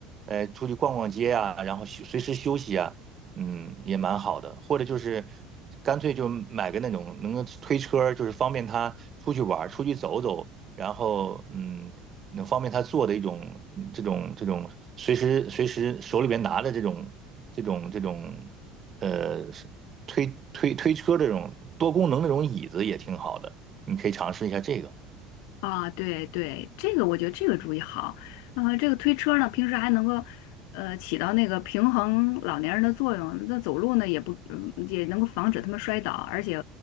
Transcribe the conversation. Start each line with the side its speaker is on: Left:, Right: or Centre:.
Right: 呃，出去逛逛街呀，然后休随时休息啊，嗯，也蛮好的。或者就是干脆就买个那种能够推车儿就是方便她出去玩儿、出去走走。然后嗯，能方便他做的一种嗯这种这种随时随时手里边拿的这种这种这种呃是推推推车这种多功能那种椅子也挺好的，你可以尝试一下这个。
Left: 啊，对对，这个我觉得这个主意好。呃，这个推车呢，平时还能够呃起到那个平衡老年人的作用。那走路呢，也不嗯也能够防止他们摔倒，而且